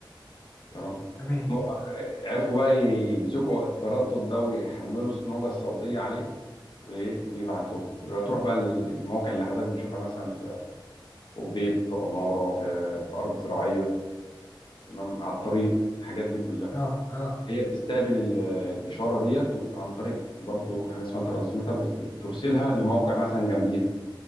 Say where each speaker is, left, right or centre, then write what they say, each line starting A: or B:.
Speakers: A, on the left (about 65°); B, on the left (about 25°).
A: تمام
B: تمام
A: فهم بقى عرفوا بقى يمسكوا التردد ده ويحملوا الموجة الصوتية عليه و- ويبعتوها يبقى تروح بقى المواقع اللي حضرتك بتشوفها مثلا في فوق بيت فوق عمارة في في أرض زراعية تمام على الطريق الحاجات دي كلها
B: اه اه
A: هي بتستقبل ال- الإشارة ديت وب- عن طريق برضو حاجة اسمها ترانسميتر بت- بترسلها لموقع مثلا جنبيها